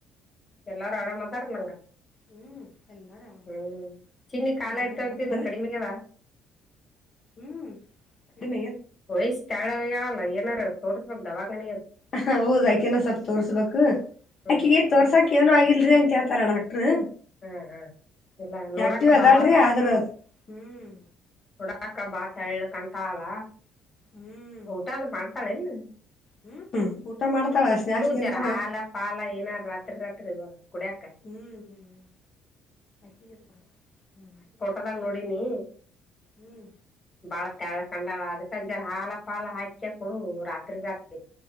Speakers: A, on the left (about 25°); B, on the left (about 45°).
A: ಎಲ್ಲಾರು ಆರಾಮ್ ಅದ್ರ ಅಲಾ
B: ಹ್ಮ್ ಎಲ್ಲಾರು ಆರಾಮ
A: ಹ್ಮ್
B: ಅದಾರ
A: ಚಿನ್ನಿ ಕಾಲ
B: ನಿಮ್ ಮನ್ಯಾಗ
A: ಇರ್ತಾವಂತ
B: ಆರಾಮ್ ಅದಾರ
A: ಕಡಿಮಗಾವ
B: ಹ್ಮ್ ಎನ
A: ವಯ್ಸ ತಾಳ ಹೇಳಲ್ಲ ಏನಾರ ತೋರ್ಕಕ್ ದವಾ ಕಣ ಅದು
B: ಹ ಹೌದ್ ಆಕೆನ ಸ್ವಲ್ ತೋರ್ಸ್ಬೇಕು
A: ಹ್ಮ್
B: ಆಕೆ ತೋರ್ಸಾಕ್ ಏನ ಆಗಿಲ್ರರಿ ಅಂತ ಹೇಳ್ತಾರ ಡಾಕ್ಟ್ರ್
A: ಹಾ ಹಾ ಇಲ್ಲ ನೋಡಾಕ
B: ಆಕ್ಟಿವ್ ಅದಾಳ್ರಿ
A: ಬಾ
B: ಆದ್ರೂ ಅ ಹ್ಮ್
A: ಹುಡಾಕಬ್ಬಾ ತಳ್ಳಕಂತ ಅಲ್ಲ
B: ಹ್ಮ್
A: ಊಟದ ಮಾಡ್ತಾಳ ಇಲ್
B: ಹ್ಮ್ ಹ್ಮ್ ಊಟ ಮಾಡ್ತಾಳಾ ಸ್ನ್ಯಾಕ್ಸ್ ತಿಂತಾಳ
A: ಜರ ಹಾಲ ಪಾಲ ಏನಾರ ರಾತ್ರಿ ರಾತ್ರಿ ಇವಾಗ ಕುಡಿಯಕ
B: ಹ್ಞ ಹ್ಞ ಹ ಜ ಹ್ಞ
A: ಕದಾಗ ನೋಡಿನಿ
B: ಹ್ಮ್
A: ಬಾಳ ತೆಳ್ಕಂಡಳ ಅದಕಂಜರ ಹಾಲ ಪಾಲ ಹಾಕ ಕೊಡು ರಾತ್ರಿ ರಾತ್ರಿ